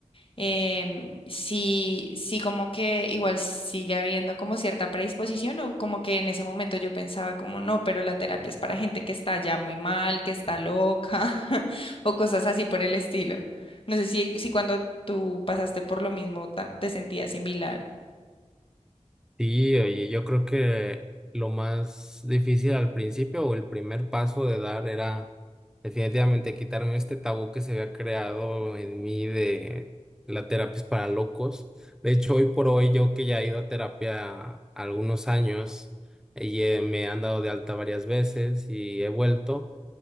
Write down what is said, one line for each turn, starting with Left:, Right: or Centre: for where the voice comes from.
Left: em, sí, si como que igual sigue habiendo como cierta predisposición o como que en ese momento yo pensaba como no, pero la terapia es para gente que está ya muy mal, que está loca <laughs> o cosas así por el estilo. No sé si, si cuando tú pasaste por lo mismo ta- te sentías similar.
Centre: Sí, oye, yo creo que lo más difícil al principio o el primer paso de dar era definitivamente quitarme este tabú que se había creado en mí de la terapia es para locos. De hecho, hoy por hoy, yo que ya he ido a terapia algunos años, eh, y, eh, me han dado de alta varias veces y he vuelto.